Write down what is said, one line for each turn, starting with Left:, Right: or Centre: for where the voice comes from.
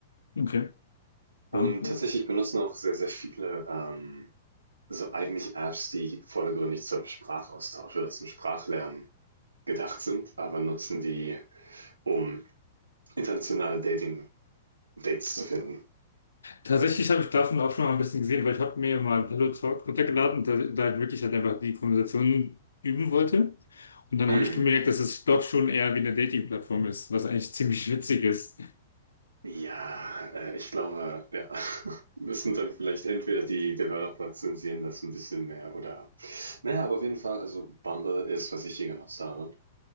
Left: Okay.
Right: Und
Left: Danke.
Right: tatsächlich benutzen auch sehr, sehr viele ähm, so eigentlich Apps, die vordergründig zum Sprachaustausch oder zum Sprachlernen gedacht sind, aber nutzen die, um internationale Dating-Dates zu finden.
Left: Tatsächlich habe ich davon auch schon mal ein bisschen gesehen, weil ich habe mir mal Hello Talk runtergeladen, da, da ich wirklich halt einfach die Konversation üben wollte. Und dann
Right: Hm.
Left: habe ich gemerkt, dass es doch schon eher wie eine Dating-Plattform ist, was eigentlich ziemlich witzig ist.
Right: Ja, äh, ich glaube, ja, <laughs> müssen dann vielleicht entweder die Developer zensieren das ein bisschen mehr oder, naja, aber auf jeden Fall, also Bumble ist, was ich hier genutzt habe.